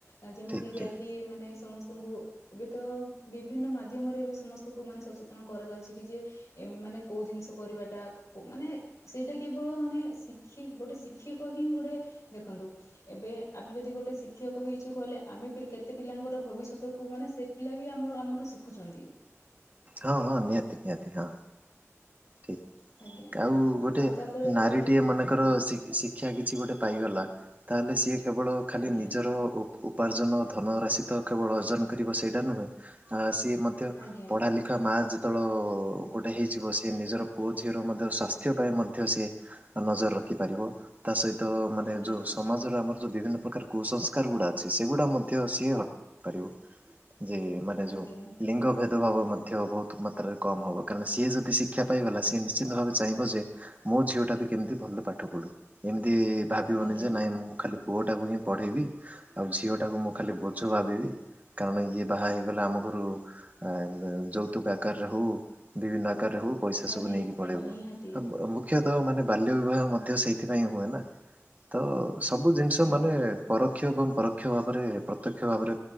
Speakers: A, on the left (about 85°); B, on the right (about 30°).
A: ଅଁ ଯେମିତି
B: ଠିକ
A: ଯାଇକି
B: ଠିକ
A: ମାନେ ସମ ତ ଙ୍କୁ ଏବେ ତ ବିଭିନ୍ନ ମାଧ୍ୟମରେ ଏବେ ସମସ୍ତଙ୍କୁ ମାନେ ସଚେ ତନ କରାଯାଉଛି କି ଯେ ଏ ମାନେ କୋଉ ଜିନିଷ କରିବା ଟା କ ଉ ମାନେ ସେଇଟା କେବଳ ମାନେ ଶିକ୍ଷି ଗୋଟେ ଶିକ୍ଷିକ ହିଁ ଗୋଟେ ଦେଖନ୍ତୁ ଏବେ ଆମେ ଯଦି ଗୋଟେ ଶିକ୍ଷକ ହେଇଛୁ କହିଲେ। ଆମେ ପି କେତେ ପିଲାଙ୍କର ଭବିଷ୍ୟତକୁୁ ମାନେ ସେ ପିଲା ବି ଆମର ଆମଠୁ ଶିଖୁଛନ୍ତି।
B: ହଁ ହଁ ନିହାତି ନିହାତି ହଁ। ଠିକ।
A: ଆଜ୍ଞା
B: ଆଉ
A: ଆ-
B: ଗୋଟେ
A: ଆଉ ତାପରେ ଯଦି
B: ନାରୀ ଟିଏ ମନେକର
A: ଆଜ୍ଞା
B: ଶି ଶିକ୍ଷା କିଛି ଗୋଟେ ପାଇଗଲା ତାହେଲେ ସିଏ କେବଳ ଖାଲି
A: ଆଜ୍ଞା
B: ନିଜର ଉ ଉପାର୍ଜନ ଧନ ରାଶି ତ କେବଳ ଅର୍ଜନ କରିବ ସେଇଟା ନୁହେଁ ଆ ସିଏ। ମଧ୍ୟ
A: ଆଜ୍ଞା
B: ପଢା ଲିଖା ମା ଯେତେବେଳ ଗୋଟେ ହେଇଯିବ ସ ନିଜର ପୁଅ ଝିଅ ର ମଧ୍ୟ ସ୍ଵାସ୍ଥ୍ୟ ପାଇଁ ମଧ୍ୟ ସିଏ ନଜର ରଖି ପାରିବ ତା ସହି ତ ମାନେ
A: ଆଜ୍ଞା
B: ଯୋଉଁ
A: ଆଜ୍ଞା
B: ସମାଜରେ ଆମର ଯୋଉ ବିଭିନ୍ନ ପ୍ରକାର କୁସଂସ୍କାର ଗୁଡା ଅଛି। ସେଗୁଡା ମଧ୍ୟ ସିଏ ହଟି ପାରିବ। ଯେ ମାନେ
A: ଆଜ୍ଞା
B: ଯୋଉଁ ଲିଙ୍ଗ ଭେଦଭାବ ମଧ୍ୟ ବହୁତ ମାତ୍ରାରେ କମ ହବ। କାରଣ ସିଏ ଯଦି ଶଷ ଶିକ୍ଷା ପାଇଗଲା ସିଏ ନିଶ୍ଚିତ ଭାବେ ଚାହିଁବ ଯେ ମୋ ଝିଅ ଟା ବି କେମିତି ଭଲ ପାଠ ପଢୁ ଯି ଭାବିବନି
A: ଆଜ୍ଞା
B: ଯେ ନାଇଁ ମୁଁ ଖାଲି ପୁଅଟାକୁ ହିଁ ପଢେଇବି ଆଉ ଝିଅ ଟାକୁ ମୁଁ ଖାଲି ବୋଝ ଭାବିବି କାରଣ ଇଏ ବାହା ହେଇଗଲା। ଆମ ଘରୁ ଆ ଯୌତୁକ ଆକାରରେ ହଉ ବିଭିନ୍ନ ଆକାରରେ ହଉ ପଇସା
A: ଆଜ୍ଞା
B: ସବୁ ନେଇକି
A: ଆଜ୍ଞା
B: ପଳେଇବ।
A: ନିହାତି
B: ମୁଖ୍ୟତଃ ମାନେ ବାଲ୍ୟ ବିବାହ ମଧ୍ୟ ସେ ଏଥିପାଇଁ ହୁଏ ନା ତ ସବୁ ଜିନିଷ
A: ଆଜ୍ଞା
B: ମାନେ ପରୋକ୍ଷ ଏବଂ ପରୋକ୍ଷ ଭାବରେ ପ୍ରତ୍ୟକ୍ଷ ଭାବରେ